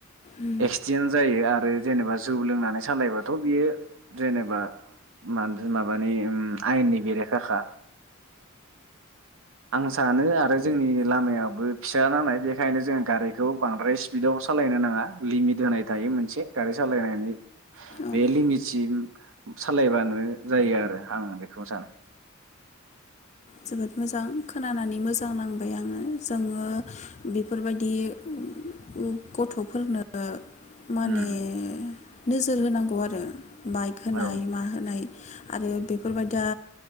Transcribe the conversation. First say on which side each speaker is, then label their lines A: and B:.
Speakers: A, on the left (about 35°); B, on the right (about 65°).
A: उम
B: एक्सिडन्ट जायो आरो जेनेबा जौ लोंनानै सालायबाथ' बियो जेनेबा मानथो माबानो इयो उम आयेननि बेरेखाखा आं सानो आरो जोंनि लामायाबो फिसा नालाय बेखायनो जों गारिखौ बांद्राय स्पिदाव सालायनो नाङा लिमिट होनाय थायो मोनसे गारि सालायनायनि
A: औ
B: बे लिमितसिम सालायबानो जायो आरो आं बेखौनो सानो
A: जोबोद मोजां खोनानानै मोजां नांबाय आङो जोङो बेफोरबायदि <unintelligible> गथ'फोरनो माने
B: उम
A: ओ नोजोर होनांगौ आर रो बाइक होनाय
B: औ
A: मा होनाय आरो बेफोरबायदिया